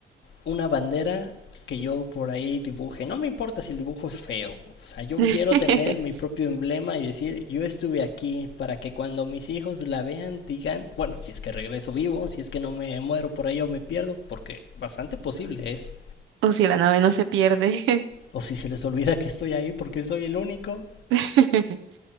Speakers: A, on the left; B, on the right.
A: una bandera que yo por ahí dibuje. No me importa si el dibujo es feo. O sea, yo
B: <laughs>
A: quiero tener mi propio emblema y decir, yo estuve aquí para que cuando mis hijos la vean digan, bueno, si es que regreso vivo, si es que no me muero por ahí o me pierdo, porque bastante posible es.
B: O si la nave no se pierde,
A: O si se les olvida que estoy ahí porque soy el único
B: <laughs>